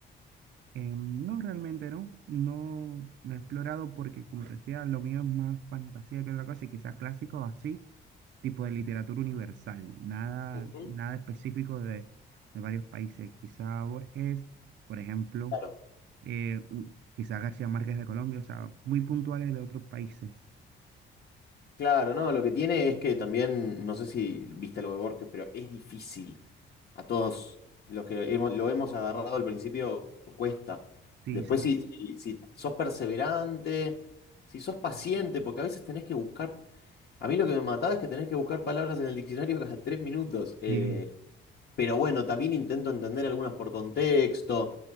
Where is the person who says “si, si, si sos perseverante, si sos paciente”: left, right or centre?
Left